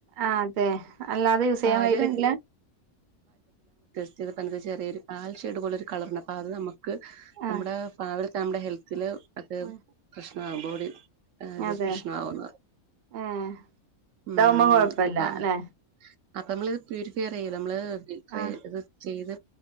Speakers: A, on the right; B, on the right.
A: ആ അതെ അല്ലാതെ യൂസ്
B: പാചകം
A: ചെയ്യാൻ <unintelligible> പറ്റില്ല?
B: ച്ത്പ്പന്താച്ചാല് ചെറിയൊരു കാൽഷേഡ് പോലെ കളറ്ണ്ട് അപ്പ അത് നമ്മ ക്ക്
A: ആഹ്
B: നമ്മുടെ പാ നമ്മുടെ ഹെൽത്തില് അത്
A: ഉം
B: <unintelligible> ബോഡി ഏ അത്
A: അതെ
B: പ്രശ്നമാവുന്നു
A: ഏഹ് ഇതാവുമ്പോ
B: ഉം
A: കൊഴപ്പല്ല
B: അപ്പം
A: അല്ലെ
B: അപ്പൊ നമ്മള് ഇത് പ്യൂരിഫയർ ചെയ്യും നമ്മള് ഫില്ലട്ടർ
A: ആഹ്
B: ഇത് ചെയ്ത്